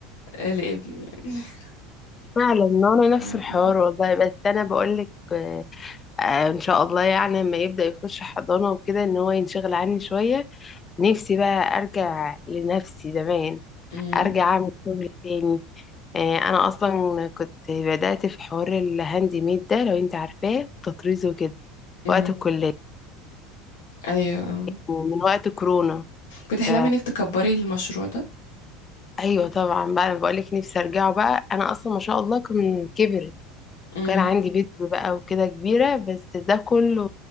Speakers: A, on the left (about 85°); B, on the left (about 30°).
A: آه، لابني <laughs>
B: فعلا انا
A: يعني
B: نفس الحوار
A: أم-
B: والله بس انا بقول لك آه آه، ان شاء الله يعني لما يبدا يخش حضانه وكده ان هو ينشغل عني شويه نفسي بقى ارجع لنفسي زمان
A: أم-
B: ارجع اعمل شغل تاني آه، انا اصلا كنت بدأت في حوار الهاند ميد ده لو انت عارفاه التطريز وكده
A: أم.
B: وقت الكلية
A: ايوه آه.
B: من وقت كورونا
A: بتحلمي
B: ف
A: انك تكبري المشروع
B: ايوه طبعا بقى بقول لك نفسي ارجعه بقى انا اصلا ما شاء الله كان كبر
A: ده
B: كان عندي بيت بقى وكده كبيرة بس ده كله